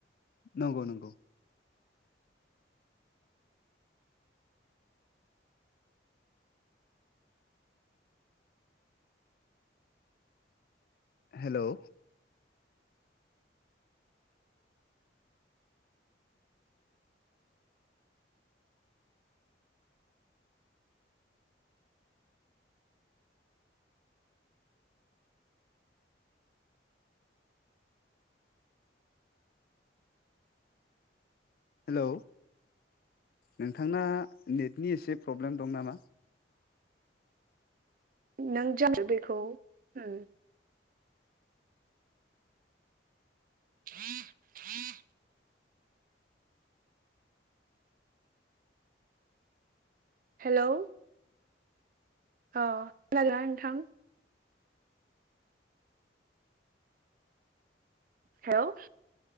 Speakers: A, on the left; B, on the right.
A: नंगौ नंगौ हेलौ हेलौ नोंथांना नेटनि एसे प्रब्लेम दं नामा
B: नों ज बेखौ उम <unintelligible> हेलौ अह खोनादोंना नोंथां हेलौ